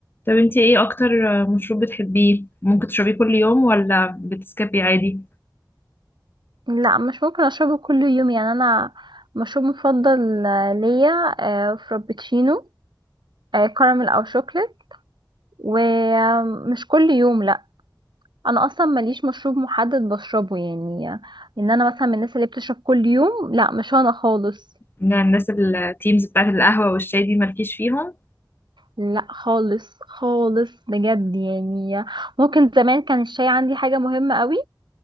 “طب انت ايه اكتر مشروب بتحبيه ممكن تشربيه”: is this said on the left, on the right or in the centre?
Left